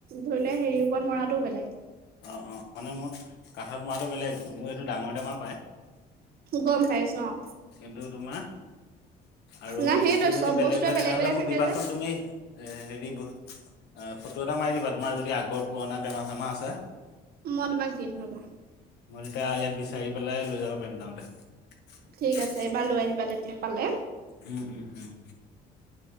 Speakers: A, on the right; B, on the left.
A: ধৰিলোৱা, হেৰিৰ ওপৰত মৰাটোও বেলেগ।
B: অ', অ', মানে মোৰ কাঠত মৰাটো বেলেগ, মোৰ এইটো ডাঙৰ টেমা পায়।
A: গম পাইছো অ
B: কিন্তু তোমাৰ আৰু
A: না সেইটোৱে
B: ইটো যদি
A: চব
B: বেলেগ
A: বস্তুৱে
B: হয়, তেনেহলে
A: বেলেগ
B: মোক
A: থাকে
B: দিবাচোন
A: যে
B: তুমি, এ হেৰি অ', ফটো এটা মাৰি দিবা, তোমাৰ যদি আগৰ পুৰণা টেমা চেমা আছে।
A: মই তোমাক দিম ৰবা
B: মই তেতিয়া ইয়াত বিচাৰি পেলাই লৈ যাব পাৰিম, যাওঁতে।
A: ঠিক আছে এইবাৰ লৈ আহিবা তেতিয়া, পালে।
B: উম, উম, উম।